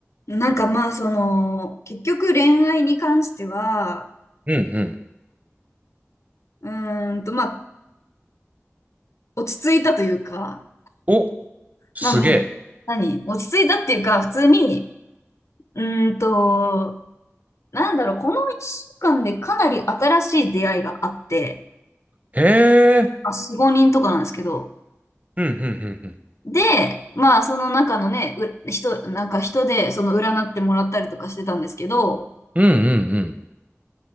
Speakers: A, on the left; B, on the right.
A: なんかまあその結局恋愛に関しては
B: うんうん。
A: うーんとまあ落ち着いたというか
B: お、すげ
A: まあもう何落ち着いたっていうか普通にうーんとなんだろうこの1週間でかなり新しい出会いがあって
B: え。へえ。
A: あ4、5人とかなんですけど
B: うんうんうんうん。
A: でまあその中のねう人なんか人でその占ってもらったりとかしてたんですけど
B: うんうん